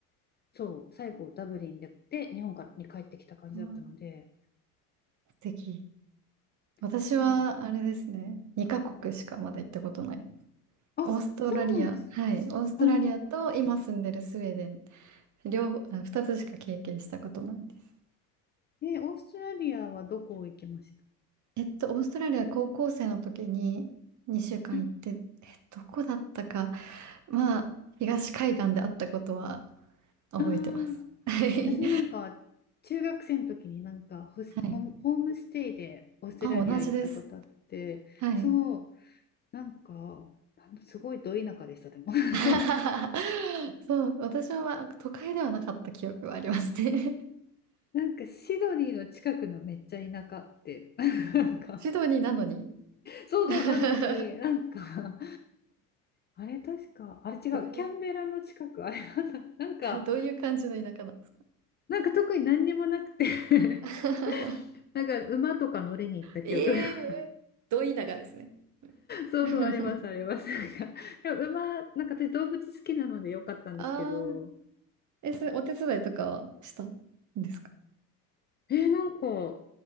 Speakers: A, on the left; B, on the right.
A: そう、最後ダブリンで、で日本からに帰ってきた感じだったので、
B: わあ素敵。私はあれですね。
A: そうなんです。
B: 2カ国しかまだ行ったことない。
A: あ、
B: オーストラリア、
A: そうなんですね。
B: はい。オーストラリアと今住んでるスウェーデン
A: うんうんう
B: 両方、あ二つしか経験したことないです。
A: ん。え、オーストラリアはどこ行きました
B: えっと、オーストラリア高校生の時に2週間行って、
A: うん
B: え、どこだったか、まあ、東海岸であったことは覚えてます。
A: ああ、
B: はい。
A: 私もなんか中学生の時になんかホス、
B: はい。
A: ホームホームステイでオーストラリア行ったことあって、
B: あ、同じです。はい。
A: そう、なんか、なんだすごいど田舎でした、でも。<laughs>
B: <laughs> そう、私はまあ都会ではなかった記憶はありますね。
A: なんかシドニーの近くのめっちゃ田舎って、<laughs> なんか、
B: <laughs> シドニーなのに。<laughs>
A: そうそうなのに、
B: ど
A: なんかあれ確か、あれ違う、
B: ういう、
A: キャンベラの近く、あれなんだ、なんか、
B: どういう感じの田舎なんですか
A: なんか特に何にもなくて <laughs>
B: <laughs>
A: なんか馬とか乗りに行った記憶が
B: ええーど田舎ですね。
A: <laughs> そうそう、
B: <laughs>
A: あります、あります。なんか、でも馬、なんか私動物好きなのでよかったんですけど、
B: ああ。え、それお手伝いとかはしたんですか
A: えーなんか、